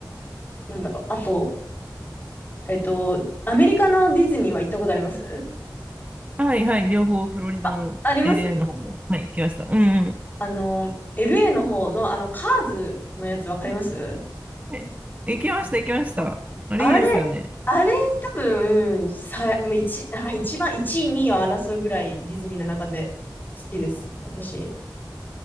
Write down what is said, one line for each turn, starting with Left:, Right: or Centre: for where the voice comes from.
Left: なんだろう。あと、えっと、アメリカのディズニーは行ったことあります
Right: はいはい、両方フロリダも
Left: あ、あります
Right: LA の方も。はい、行きました。うんうん。
Left: あの、LA の方の、あの、カーズのやつわかります
Right: はい行きましたうんうん行きました。
Left: あ
Right: あれいいですよね。
Left: あれ、あれ、多分、さ、もう一、あ、一番、一位、二位を争うぐらいディズニーの中で好きです。私。